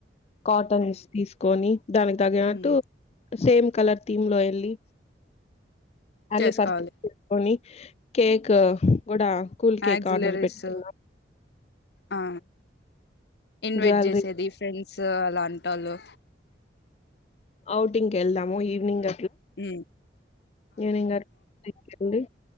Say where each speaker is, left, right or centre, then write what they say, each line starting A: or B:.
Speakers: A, on the left; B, on the left.
A: కాటన్ తీసుకొని దానికి తగినట్టు
B: మ్మ్
A: సేమ్ కలర్ థమ్ లో ఎల్లి అ
B: చేసుకోవాలి
A: పత కొని కేక్ కూడా కూల్ కేక్
B: యాక్సిలరీస్
A: ఆర్డర్ పెట్టుకున్నాం
B: ఆ ఇన్వైట్
A: జ్యువెలరీ
B: చేసేది ఫ్రెండ్స్ అలాంటి తల
A: ఔటింగ్ వెళ్దాము ఈవ్నింగ్
B: హ
A: ఏనుం అడి